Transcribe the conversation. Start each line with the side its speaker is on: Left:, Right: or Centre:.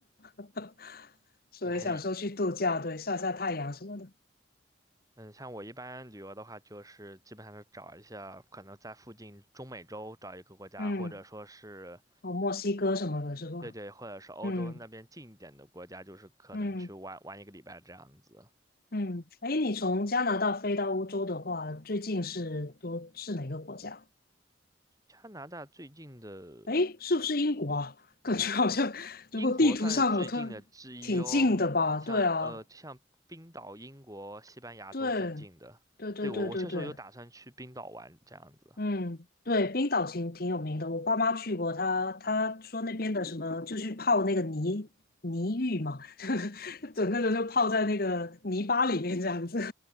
Left: <laughs> 所以想说去度假，
Right: 你还，
Left: 对，晒晒太阳什么的。
Right: 嗯，像我一般旅游的话，就是基本上是找一下可能在附近中美洲找一个国家，
Left: 嗯，
Right: 或者说是，
Left: 哦，墨西哥什么的，是吧？
Right: 对对，或者是欧洲那边近一点的国家，
Left: 嗯
Right: 就是可能去玩玩一个礼拜这样子。
Left: 嗯嗯。哎，你从加拿大飞到欧洲的话，最近是多是哪个国家？
Right: 加拿大最近的，
Left: 哎，是不是英国啊？<laughs> 感觉好像，如果地图上我突然挺近的吧？
Right: 英国算是最近的之一哦，像呃像冰岛、
Left: 对啊，
Right: 英国、西班牙都挺近的。
Left: 对，对对对对对，
Right: 对，我我确实有打算去冰岛玩这样子。
Left: 嗯，对，冰岛挺挺有名的，我爸妈去过，他他说那边的什么就是泡那个泥泥浴嘛，<laughs> 就是整个人就泡在那个泥巴里面这样子。